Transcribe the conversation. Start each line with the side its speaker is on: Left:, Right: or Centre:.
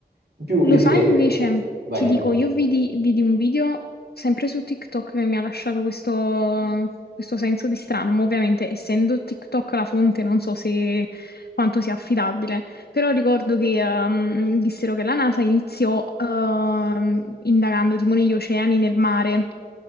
Right: In più,
Left: Lo
Right: io ti
Left: sai
Right: direi,
Left: invece,
Right: vai
Left: ti
Right: dimmi.
Left: dico, io vidi, vidi un video sempre su TikTok che mi ha lasciato questo, questo senso di strano, ma ovviamente essendo TikTok la fonte non so se quanto sia affidabile, però ricordo che ehm, dissero che la NASA iniziò ehm, indagando timoni gli oceani nel mare.